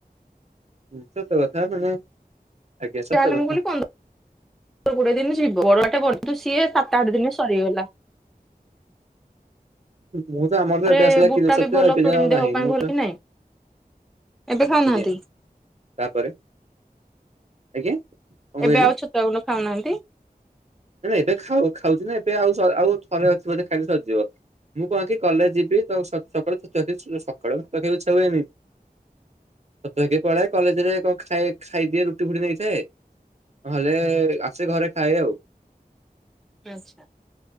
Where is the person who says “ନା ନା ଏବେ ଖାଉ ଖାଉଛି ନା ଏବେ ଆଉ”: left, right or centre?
Right